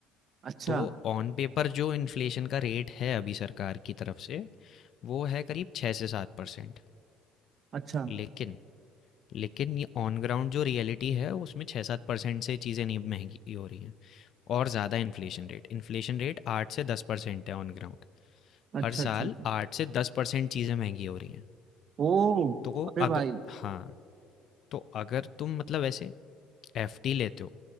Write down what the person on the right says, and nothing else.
अच्छा
अच्छा
अच्छा
अच्छा
अच्छा
ओ
अरे
भाई